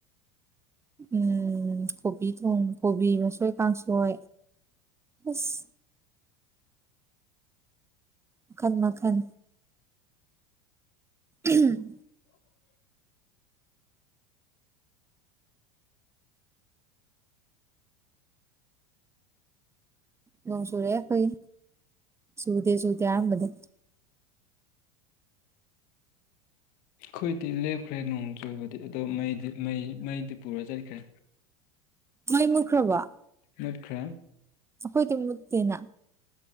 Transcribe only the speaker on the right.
ꯎꯝ ꯀꯣꯕꯤ ꯊꯣꯡ ꯀꯣꯕꯤ ꯃꯁꯣꯏ ꯀꯥꯡꯁꯣꯏ ꯑꯁ ꯃꯈꯟ ꯃꯈꯟ ꯎꯝ
ꯅꯣꯡ ꯁꯨꯔꯛꯑꯦ ꯑꯩꯈꯣꯏꯒꯤ ꯆꯨꯗꯦ ꯆꯨꯗꯦ ꯍꯥꯏꯔꯝꯕꯗꯩ
ꯃꯩ ꯃꯨꯠꯈ꯭ꯔꯕꫭ
ꯑꯩꯈꯣꯏꯗꯤꯃꯨꯛꯇꯦꯅ